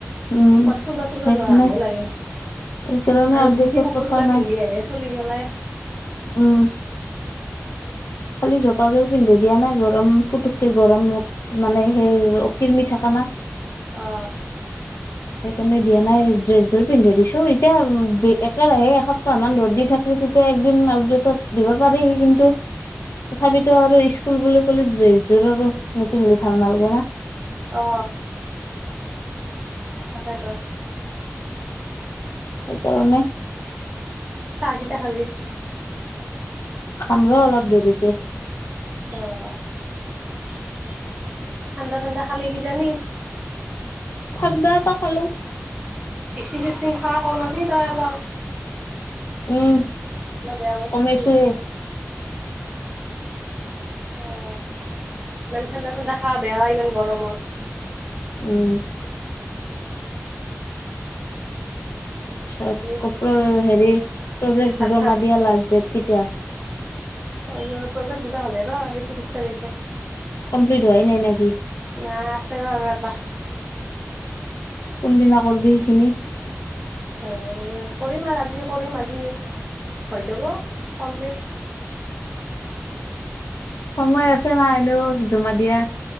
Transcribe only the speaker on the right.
পত ফুৰ্বা চুৰবা
যোৱাহেনহে লাগে।
আৰু
যি - তি কাপোৰ
কালা
পিন্ধি আহে চলি গেলাই।
অ
অ তাকেত
চাহ কেতিয়া খাবি?
অহ ', ঠাণ্ডা- ঠাণ্ডা খালি কিজানি?
ষ্টিং চিষ্টিং খাৱা কমাবি তই অলপ।
এগলা বেয়া বস্তু
অহ ', ইমান ঠাণ্ডা- ঠাণ্ডা খাৱা বেয়া ইমান গৰমত।
বাকী
ভাত
চাত
অহ ', প্ৰজে্ট দিবা হলে ন এই ত্ৰিশ তাৰিখে।
নাই আছে ৰ আৰু আৰু এটা।
হে ', কৰিম আৰু আজি কৰিম আজি হৈ যাব কমপ্লিট।